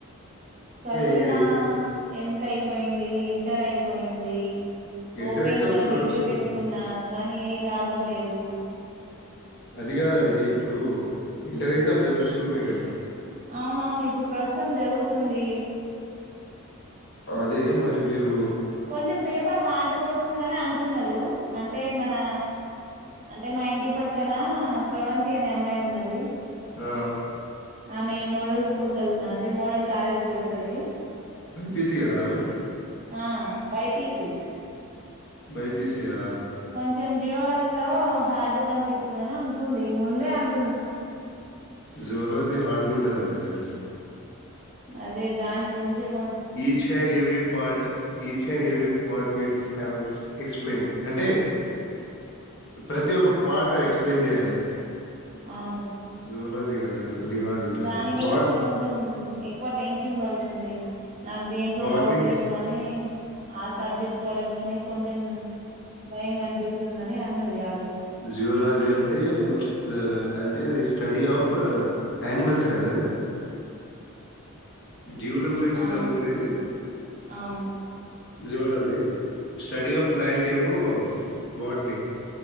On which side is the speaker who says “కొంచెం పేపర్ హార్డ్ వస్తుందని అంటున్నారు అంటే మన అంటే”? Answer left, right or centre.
Right